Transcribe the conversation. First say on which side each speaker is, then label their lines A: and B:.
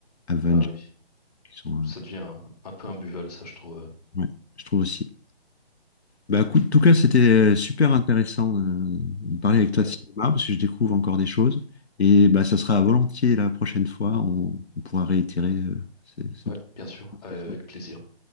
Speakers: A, on the left; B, on the left.
A: Avengers
B: Ah oui,
A: qui sont, euh,
B: ça devient un, un peu imbuvable, ça, je trouve.
A: ouais, je trouve aussi. Bah, écoute, en tout cas, c'était euh, super intéressant de, de parler avec toi
B: Oui,
A: de cinéma parce que je découvre encore des choses. Et bah, ça sera volontiers la prochaine fois, on, on pourra réitérer euh, ces, ces
B: ouais,
A: petites
B: ouais, bien sûr.
A: discussions.
B: Euh, Avec plaisir.